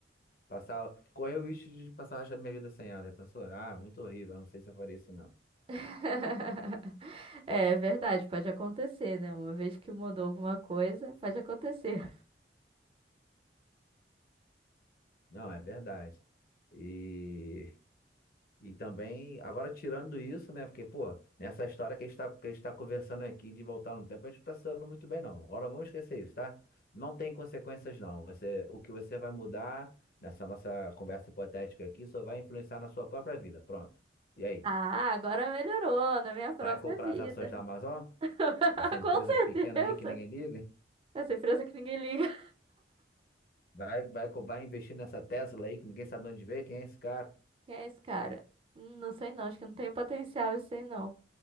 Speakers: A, on the left; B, on the right.
A: passar, correr o risco de passar o resto da minha vida sem ela. Já pensou? Ah, muito horrível, eu não sei se eu faria isso não.
B: <laughs> É verdade, pode acontecer, né? Uma vez que mudou alguma coisa, pode acontecer.
A: Não, é verdade. E E também, agora tirando isso, né? Porque, pô, nessa história que a gente tá, que a gente tá conversando aqui de voltar no tempo, a gente não tá se dando muito bem, não. Agora vamos esquecer isso, tá? Não tem consequências, não. Você, o que você vai mudar nessa nossa conversa hipotética aqui só vai influenciar na sua própria vida. Pronto. E aí?
B: Ah, agora melhorou na minha própria
A: Vai comprar
B: vida.
A: as ações da Amazon?
B: <laughs>
A: Essa empresa
B: Com certeza.
A: pequena aí que ninguém liga?
B: Essa empresa que ninguém liga.
A: Vai, vai, co- vai investir nessa Tesla aí que ninguém sabe de onde veio? Quem é esse cara?
B: <laughs> Quem é esse cara? Hum, não sei não, acho que não tem potencial, isso aí não.